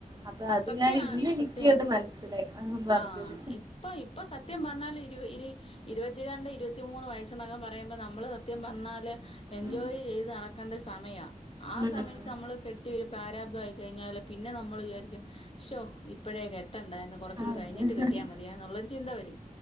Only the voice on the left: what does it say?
സത്യാണ്
സത്യാണ്
ആഹ് ഇപ്പൊ ഇപ്പൊ സത്യം പറഞ്ഞാല് ഇരു ഇരി ഇരുപത്തിരണ്ട് ഇരുപത്തി മൂന്ന് വയസ്സസ്ന്നൊക്കെ പറയുമ്പോൾ നമ്മൾ സത്യം പറഞ്ഞാല് എൻജോയ്
ചെയ്ത് നട ക്കണ്ട സമയാ ആ
സമയത്ത് നമ്മള് കെ ട്ടി ഒരു പ്രാരാബ്ധമായിയിക്കഴിഞ്ഞാല് പിന്നെ നമ്മൾ വിചാരിക്കും ഷോ ഇപ്പഴേ കെ ട്ടണ്ടായിരുന്നു കൊറച്ചുകൂടി
കഴിഞ്ഞിട്ട് കെട്ടിയാ മതിയ എന്നുള്ളൊരു ചിന്ത വരും